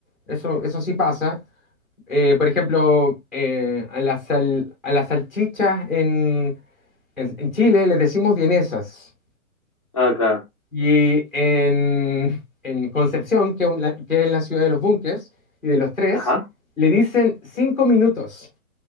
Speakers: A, in the centre; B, on the left (about 25°).
A: eso, eso sí pasa. Eh, por ejemplo, eh, a las, sal- a las salchichas en, en en Chile les decimos vienesas.
B: ah, claro.
A: Y en, en Concepción, que, un- la- que es la ciudad de los búnkers y de los tres,
B: Ajá,
A: le dicen cinco minutos,